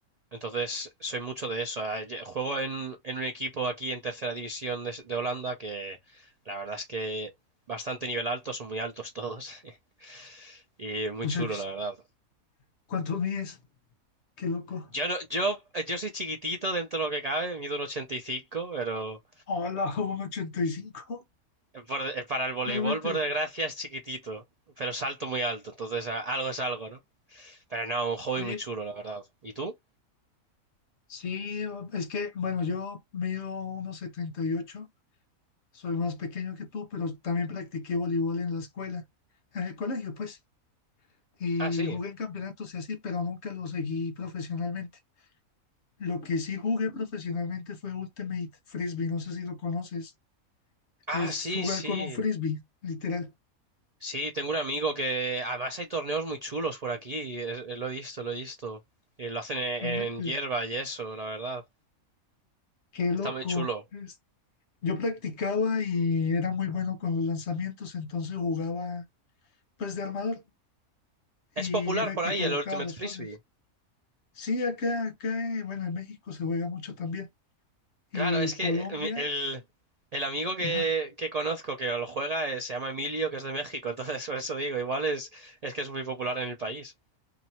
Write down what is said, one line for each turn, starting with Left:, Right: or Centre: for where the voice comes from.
Right: Entonces, soy mucho de eso. Eh, ye- Juego en, en un equipo aquí en tercera división de, s- de Holanda que la verdad es que bastante nivel alto, son muy altos todos <laughs> y muy
Left: O
Right: chulo,
Left: sea,
Right: la verdad.
Left: <laughs> ¿cuánto mides? Qué loco.
Right: Yo no, yo, eh, yo soy chiquitito dentro de lo que cabe, mido un 85, pero
Left: Hola, un 85.
Right: eh, por de- eh, para el voleibol,
Left: No inventes.
Right: por desgracia, es chiquitito, pero salto muy alto, entonces a- algo es algo, ¿no? Pero no, un hobby
Left: Oye,
Right: muy chulo, la verdad. ¿Y tú?
Left: sí, es que, bueno, yo mido uno 78. soy más pequeño que tú, pero también practiqué voleibol en la escuela, en el colegio, pues, y
Right: Ah, sí.
Left: jugué en campeonatos y así, pero nunca lo seguí profesionalmente. Lo que sí jugué profesionalmente fue Ultimate Frisbee, no sé si lo conoces, que
Right: Ah,
Left: es
Right: sí,
Left: jugar
Right: sí.
Left: con un frisbee, literal.
Right: Sí, tengo un amigo que además hay torneos muy chulos por aquí. es- es- lo he visto, lo he visto. Y lo hacen en,
Left: No inventes.
Right: en hierba y eso, la verdad.
Left: Qué loco.
Right: Está muy chulo.
Left: Yo practicaba y era muy bueno con los lanzamientos, entonces jugaba pues de armador y
Right: Es popular
Left: era el
Right: por
Left: que
Right: ahí
Left: colocaba
Right: el Ultimate
Left: los
Right: Frisbee.
Left: pases. Sí, acá, acá, eh, bueno, en México se juega mucho también. Y
Right: Claro, es que
Left: Colombia,
Right: eh, mi- el, el amigo que,
Left: ajá,
Right: que conozco que lo juega eh, se llama Emilio, que es de México. <laughs> Entonces, por eso digo, igual es, es que es muy popular en el país.